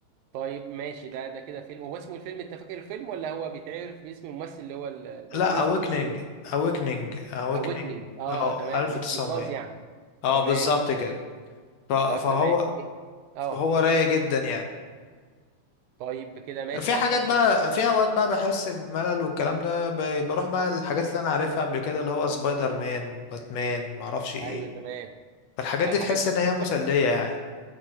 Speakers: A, on the right; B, on the left.
A: طيب ماشي ده ده كده فيلم هو اسمه الفيلم انت فاكر الفيلم ولا هو بيتعرف باسم الممثل اللي هو ال- انت
B: لا
A: قلت لي اسم
B: awakening
A: الممثل ايه؟
B: awakening awakening
A: اويكننج اه
B: اه
A: تمام
B: 1900
A: الاستيقاظ يعني
B: اه
A: تمام
B: بالظبط كده ف- فهو
A: طيب تمام إيه؟ اه
B: فهو رايق جدا يعني
A: طيب كده ماشي
B: في حاجات
A: احطه
B: بقى في اوقات بقى بحس بملل والكلام ده ب- بروح بقى الحاجات اللي انا عارفها قبل كده اللي هو سبايدر مان باتمان معرفش ايه
A: ايوه تمام
B: فالحاجات
A: الحاجات
B: دي تحس
A: دي.
B: ان هي مسلية يعني